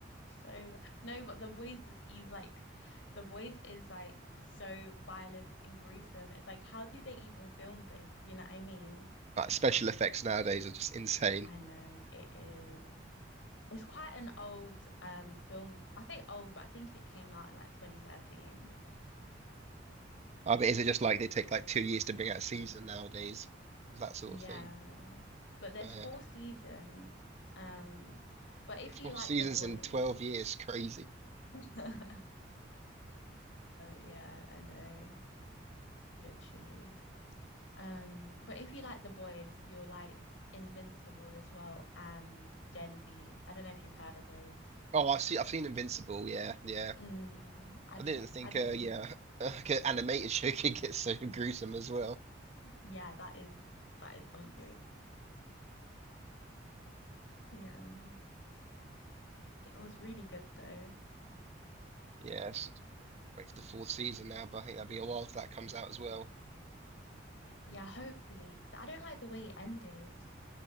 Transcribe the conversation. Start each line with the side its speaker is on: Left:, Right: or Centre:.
Left: So no, but The Boys is even like The Boys is like so violent and gruesome. It's like how do they even film this? You know what I mean?
Right: Like special effects nowadays are just insane.
Left: I know it is. It's quite an old um film. I say old, but I think it came out in like 2013.
Right: I mean, is it just like they take like two years to bring out a season nowadays? That sort
Left: Yeah.
Right: of thing.
Left: But there's
Right: Uh,
Left: four seasons. Um, but if you
Right: four
Left: like
Right: seasons
Left: The Boys,
Right: in 12 years, crazy.
Left: <laughs> oh yeah, I know, literally. Um, but if you like the boys, you'll like Invincible as well and Gen V. I don't know if you've heard of those.
Right: Oh, I've seen I've seen Invincible, yeah, yeah.
Left: Mm, I just
Right: I didn't think
Left: I just
Right: uh
Left: finished
Right: yeah,
Left: that.
Right: <laughs> like an animated show
Left: <clears throat>
Right: <laughs> could get so gruesome as well.
Left: Yeah, that is that is something. Yeah. It was really good though.
Right: Yeah, it's- wait for the fourth season now, but I think that'll be a while till that comes out as well.
Left: Yeah, hopefully, because I don't like the way it ended,